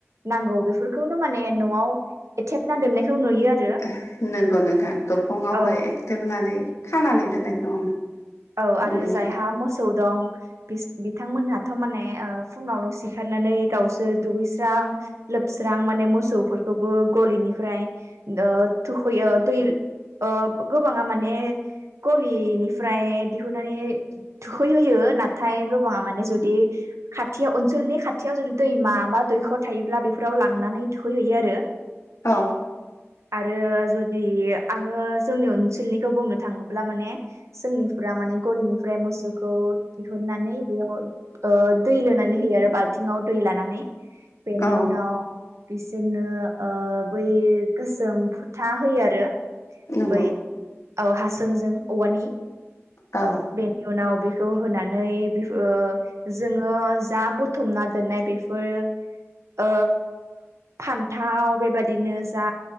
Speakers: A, on the right; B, on the left.
A: नांगौ बेफोरखौनो माने न'आव एथेबना दोननायखौ नुयो आरो
B: <unintelligible> नोंगौ नोंथां दरखंआवहाय
A: औ
B: एक्टेबनानै खानानै दोननायखौ
A: औ आरो
B: नुयो
A: जायहा
B: नोंथां
A: मोसौ दं बीस बिथांमोनहाथ' माने ओ फुङावनो सिखारनानै गावसोर दुगैस्रां लोबस्रां माने मोसौफोरखौबो गलिनिफ्राय ओ थुखैयो दै ओ गोबाङा माने कलिनिफ्राय दिहुननानै थुखैहोयो नाथाय गोबाङा माने जुदि खाथियाव अनसोलनि खा थियाव जुदि दैमा बा दैख'र थायोब्ला बेफोराव लांनानै थुखैहैयो आरो
B: औ
A: आरो जुदि आङो जोंनि ओनसोलनिखौ बुंनो थाङोब्ला माने जोंनि फ्रा माने गनिफ्राय मसौखौ दिहुननानै बेयाव ओ दै लोनानै होयो आरो बाल्थिंआव दै लानानै बेनि
B: औ
A: उनाव बिसोरनो ओ बै गोसोम फुथा होयो आरो
B: नंगौ
A: बै औ हासुंजों औवानि
B: औ
A: बेनि उनाव बेखौ होनानै बे ओ जोङो जा बुथुमना दोननाय बेफोरो ओ फान्थाव बेबादिनो जा